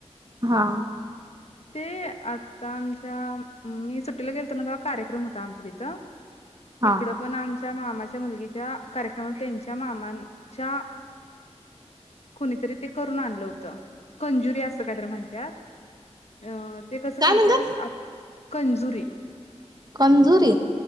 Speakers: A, on the right (about 35°); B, on the left (about 65°).
A: हा.
B: ते आता. आमच्या आं मी सुट्टीला गेलतो ना, तवा कार्यक्रम होता आमच्यातीत.
A: हा
B: तिकड पन आमच्या त्या मामाच्या मुलगिच्या, कार्यक्रमात, त्यांच्या मामांच्या. कुनीतारी ते करून आनल होत. कंजुरी असं काय त्याला म्हनत्यात, अ. ते कसं
A: काय
B: करत्यात?
A: म्हणतात?
B: आप कंजुरी
A: कंजुरी